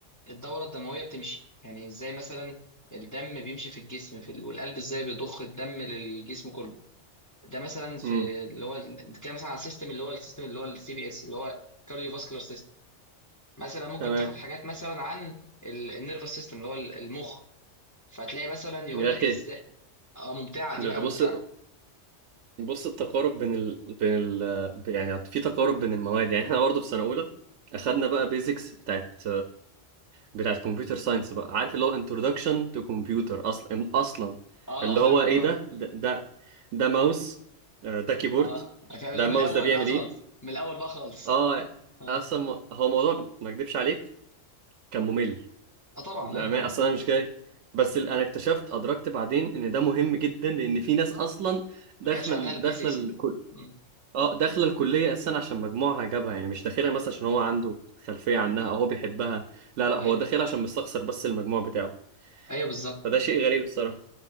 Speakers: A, on the left (about 20°); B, on the right (about 75°).
A: الدوره الدمويه بتمشي يعني ازاي مثلا الدم بيمشي في الجسم في ال- والقلب ازاي بيضخ الدم للجسم كله ده مثلا في
B: امم
A: اللي هو كده مثلا على السيستم اللي هو السيستم اللي هو السي بي اس اللي هو كارديو فاسكولار سيستم مثلا ممكن
B: تمام
A: تاخد حاجات مثلا عن النيرفس سيستم اللي هو ال- المخ فتلاقي مثلا يقول
B: يا
A: لك
B: اخي
A: ازاي اه ممتعه
B: بص
A: دي بقى ممتعه
B: بص التقارب بين ال... بين ال... يعني في تقارب بين المواد يعني احنا برضه في سنه اولى اخدنا بقى بيزكس بتاعت بتاعت كمبيوتر ساينس بقى عارف اللي هو انترودكشن تو كمبيوتر اصلا اصلا
A: اه
B: اللي هو
A: فاهم اللي
B: ايه
A: هو
B: ده ده ده, ده ماوس آه، ده كيبورد
A: اه فاهم اللي
B: ده
A: هو
B: الماوس
A: من الاول
B: ده بيعمل
A: بقى خالص
B: ايه
A: من الاول بقى خالص
B: اه
A: اه,
B: اصلا م- هو موضوع ما اكدبش عليك كان ممل
A: آه طبعا
B: للامانه
A: ايوه
B: اصلا انا مش جاي بس ال- انا اكتشفت ادركت بعدين ان ده مهم جدا لان في ناس اصلا داخله
A: ما كانش عندها
B: ال-
A: البيزكس
B: داخله الكل
A: دي مم.
B: اه داخله الكليه اساسا عشان مجموعها جابها يعني مش داخلها مثلا عشان هو عنده خلفيه
A: مم.
B: عنها او هو بيحبها لا لا
A: ايوه
B: هو داخلها عشان مستخسر بس المجموع بتاعه
A: ايوه بالظبط
B: فده شيء غريب الصراحه